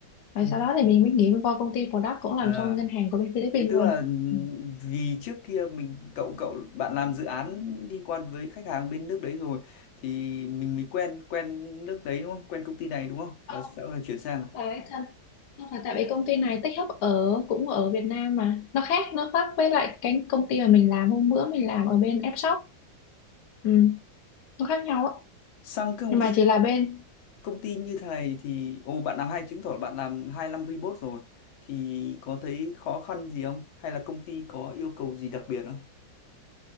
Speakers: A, on the left (about 65°); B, on the left (about 85°).
A: Rồi
B: Ừ.
A: sau đó thì mình mới nghỉ qua công ty product cũng làm
B: À
A: cho ngân hàng của bên Philippines
B: Thì tức
A: luôn.
B: là ừ,
A: Ừ.
B: vì trước kia mình cậu cậu bạn làm dự án liên quan với khách hàng bên nước đấy rồi thì mình mới quen quen nước đấy đúng không? Quen công ty này đúng không?
A: Không,
B: Và sau này chuyển sang
A: không phải thân. Không phải tại vì công ty này tech hub ở cũng ở Việt Nam mà. Nó khác, nó khác với lại cái công ty mà mình làm hôm bữa mình làm ở bên F-Shop. Ừ, nó khác nhau á.
B: sang cái công
A: Nhưng mà
B: ty
A: chỉ là bên
B: công ty như thế này thì ồ bạn làm hay chứng tỏ là bạn làm hai năm remote rồi thì có thấy khó khăn gì không? Hay là công ty có yêu cầu gì đặc biệt không?